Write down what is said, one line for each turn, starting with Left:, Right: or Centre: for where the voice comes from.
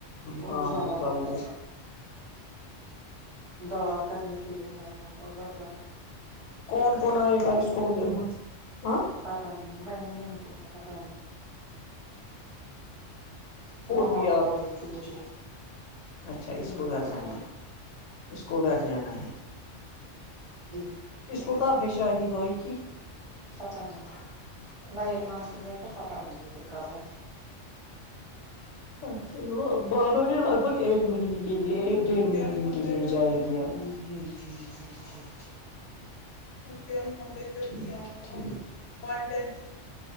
Right: اور
Left: کام
Right: جانا ہوگا
Left: ادھر
Right: دعوات کرنے کے لیے جانا ہوگا گھر گھر
Left: کون کون آئے گا اس کو ادھر وہاں سے ہاں
Right: پتہ نہیں میں نے نہیں بولا پتہ نہیں تو وہ
Left: بھی
Right: ماما
Left: آپ
Right: بول رہی تھی مجھے
Left: اچھا
Right: مجھے
Left: اس
Right: نہیں
Left: کو گھر
Right: پتا
Left: جانا
Right: ہے
Left: اس کو گھر
Right: ہ
Left: جانا ہے
Right: جی
Left: اس میں کب ہے شادی بھائی کی
Right: پتہ نہیں نہیں مونتھ میں تو پتہ نہیں لیکن کب ہے
Left: اچھا وہ باتو یہ لگ بھگ ایک مہینے کے لیے ایک ڈیڑھ مہینے کے لیے جائے گی اب
Right: جی جی جی جی جی جی
Left: ٹھیک ہے ٹھیک ہے